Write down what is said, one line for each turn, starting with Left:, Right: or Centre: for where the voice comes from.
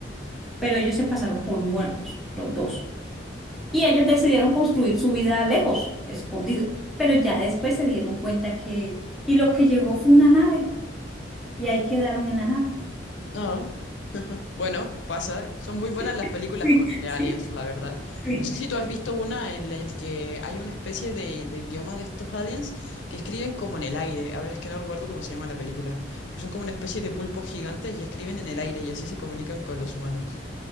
Centre: pero ellos se pasaron por muertos, los dos. Y ellos decidieron construir su vida lejos, escondido. Pero ya después se dieron cuenta que... Y lo que llegó fue una nave. Y ahí quedaron en la nave.
Left: No. Bueno, pasa. Son muy buenas las
Centre: <laughs>
Left: películas
Centre: Sí,
Left: con, de
Centre: sí,
Left: aliens, la verdad.
Centre: sí.
Left: No sé si tú has visto una en la que hay una especie de, de idioma de estos aliens que escriben como en el aire. A ver, es que no recuerdo cómo se llama la película. Pero son como una especie de pulpos gigantes y escriben en el aire y así se comunican con los humanos.